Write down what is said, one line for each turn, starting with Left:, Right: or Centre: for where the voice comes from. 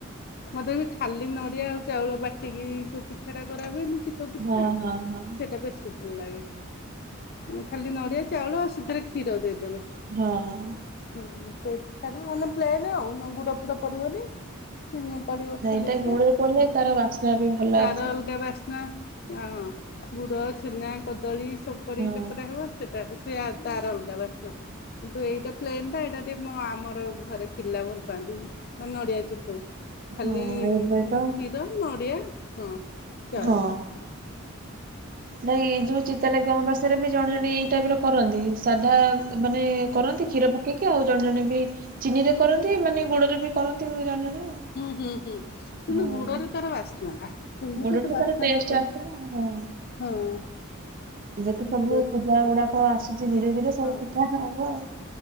Left: ମତେ ବି ଖାଲି ନଡିଆ ଆଉ ଚାଉଳ ବାଟିକି ଯୋଉ ପିଠାଟା କରା ହୁଏନି ଚିତଉ ପିଠା
Right: ହଁ ହଁ ହଁ।
Left: ସେଇଟା ବେଶୀ ଭଲ ଲାଗେ। ଉଁ ଖାଲି ନଡ଼ିଆ ଚାଉଳ ସେଥିରେ କ୍ଷୀର ଦେଇଦେବେ
Right: ହଁଅ।
Left: ହୁଁ ସେଇ ପିଠାଟା ମାନେ ପ୍ଲେନ ଆଉ। ନ ଗୁଡ ଫୁଡ ପଡିବନି ଚିନି ପଡିବ
Right: ନାଇଁ
Left: ଖାଲି
Right: ଏଇଟା
Left: ଟିକେ,
Right: ଗୁଡରେ ପଡିଲେ
Left: ତା
Right: ତାର ବାସ୍ନା ବି ଭଲ
Left: ତାର
Right: ଆସେ
Left: ଅଲଗା ବାସ୍ନା ହଁ। ଗୁଡ, ଛେନା, କଦଳୀ ସବୁ ପଡିକି
Right: ହଁ
Left: ଚକଟା ହବ। ସେଇଟା ସେ ତାର ଅଲଗା ବାସ୍ନା। କିନ୍ତୁ ଏଇଟା ପ୍ଲେନ୍ ଟା ଏଇଟା ଟିକେ ଆମର ଘରେ ପିଲା ଭଲ ପାଆନ୍ତି। ବା ନଡ଼ିଆ ଚିତଉ।
Right: ହଁ
Left: ଖାଲି
Right: ଏବେ
Left: ମାନେ
Right: ତ
Left: କ୍ଷୀର, ନଡ଼ିଆ ହଁ ଚାଉଳ।
Right: ହଁ ନାଇଁ ଏଇ ଯୋଉ ଚିତାଲାଗି ଅମବାସ୍ୟାରେ ବି ଜଣେ ଜଣେ ଏଇ ଟାଇପର କରନ୍ତି। ସାଧା ମାନେ କରନ୍ତି କି କ୍ଷୀର ପକେଇକି, ଆଉ ଜଣେ ଜଣେ ବି ଚିନିରେ କରନ୍ତି, ମାନେ ଗୁଡରେ ବି କରନ୍ତି ଜଣେ ଜଣେ। ଆଉ।
Left: ହୁଁ ହୁଁ ହୁଁ। କିନ୍ତୁ
Right: ହଁ
Left: ଗୁଡ଼ରେ ତାର ବାସ୍ନାଟା। ଚିନି
Right: ଗୁଡରେ
Left: ତ ତା ବାସ୍ନାଟା
Right: ତାର ଟେଷ୍ଟ
Left: ଏ ତାକୁ
Right: ଆସେ ନା ହଁ।
Left: ହଁ।
Right: ଏବେ ତ ସବୁ
Left: ଗୁଡରେ
Right: ପୂଜା ଗୁଡାକ ଆସ କିଚି ଧୀରେ ଧୀରେ ସବୁ
Left: ହଁ
Right: ପିଠା ହବ ଆଉ